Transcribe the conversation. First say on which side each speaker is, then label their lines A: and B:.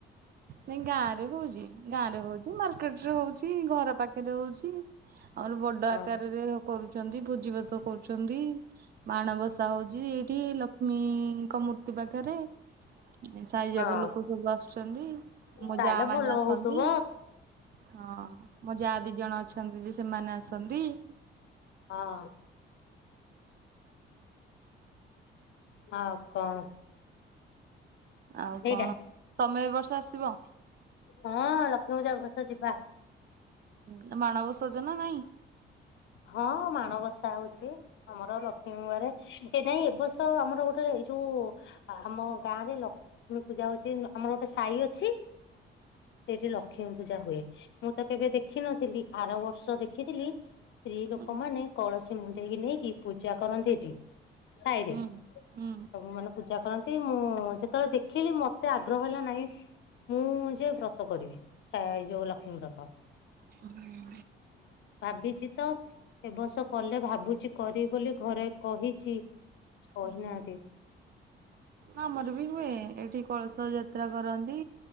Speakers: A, on the right (about 50°); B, on the left (about 70°).
A: ନାଇଁ ଗାଁ ରେ ହଉଛି ଗାଁ ରେ ହଉଛି ମାର୍କେଟ ରେ ହଉଛି ଘର ପାଖରେ ହଉଛି। ଆମର ବଡ
B: ହଁ
A: ଆକାରରେ କରୁଛନ୍ତି ଭୋଜି ଭାତ କରୁଛନ୍ତି। ମାଣବସା ହଉଛି ଏଇଠି ଲକ୍ଷ୍ମୀଙ୍କ ମୂର୍ତ୍ତି ପାଖରେ। ଏ ସାହି ଯାକ
B: ହଁ
A: ଲୋକ ସବୁ ଆସୁଛନ୍ତି ମୋ
B: ତାହେଲେ
A: ଯା ମାନେ
B: ଭଲ
A: ଆସନ୍ତି।
B: ହଉଥିବ
A: ହଁ ମୋ ଯା ଦି ଜଣ ଅଛନ୍ତି ଯେ ସେମାନେ ଆସନ୍ତି।
B: ହଁ। ଆଉ କଣ?
A: ଆଉ
B: ସେଇଟା
A: କଣ ତମେ ଏ ବର୍ଷ ଆସିବ?
B: ହଁ ଲକ୍ଷ୍ମୀ ପୂଜା ଏ ବର୍ଷ ଯିବା।
A: ଉଁ ମାଣ ବସଉଛ ନା ନାଇଁ?
B: ହଁ ମାଣବସା ହଉଛି। ଆମର ଲକ୍ଷ୍ମୀବାରେ ଏଇଟା ହିଁ ଏବର୍ଷ ଆମର ଗୋଟେ ଏଇ ଯୋଉ। ଆ-ଆମ ଗାଁ ରେ ଲ ଷ୍ମୀ ପୂଜା ହଉଛି ନ ଆମର ଗୋଟେ ସାହି ଅଛି। ସେଇଠି ଲକ୍ଷ୍ମୀ ପୂଜା ହୁଏ। ମୁଁ ତ କେବେ ଦେଖିନଥିଲି ଆର ବର୍ଷ ଦେଖିଥିଲି ସ୍ତ୍ରୀ ଲୋକମାନେ
A: ହୁଁ
B: କଳସ ମୁଣ୍ଡେଇକି ନେଇକି ପୂଜା କରନ୍ତି ସେଠି ସାହିରେ
A: ହୁଁ
B: ସବୁ
A: ହୁଁ
B: ମାନ ପୂଜା କରନ୍ତି ମୁଁ ଯେତେବେଳେ ଦେଖିଲି ମତେ ଆଗ୍ରହ ହେଲା ନାହିଁ। ମୁଁ ଯେ ବ୍ରତ କରିବି ସା ଯୋଉ ଲକ୍ଷ୍ମୀ ବ୍ରତ।
A: ହୁଁ।
B: ଭାବିଛି। ତ ଏବର୍ଷ କଲେ ଭାବୁଛି କରିବି ବୋଲି ଘରେ କହିଛି। କହିନାହାନ୍ତି।
A: ହୁଁ। ଆମର ବି ହୁଏ ଏଠି କଳସ ଯାତ୍ରା କରନ୍ତି।